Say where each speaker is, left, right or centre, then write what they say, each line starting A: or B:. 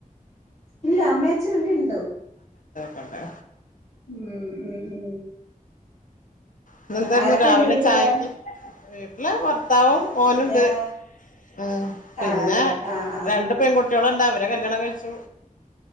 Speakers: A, on the left (about 50°); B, on the left (about 70°).
A: ഇല്ല അമ്മ അഛനൊക്കെ ഇണ്ടോ
B: തന്നെ
A: ഉം ഉം ഉം
B: ഇന്നേന്തായിരുന്നു
A: ആരൊക്കെയുണ്ട്
B: രാവിലെ
A: വീട്ടില്
B: ചായക്ക് വീട്ടില് ഭർത്താവും മോനുണ്ട്
A: രാ
B: ആ പിന്നെ
A: ആണല്ലേ ആഹ് ആഹ്
B: രണ്ട് പെൺകുട്ടികളുണ്ട് അവരെ കല്യാണം കഴിച്ചു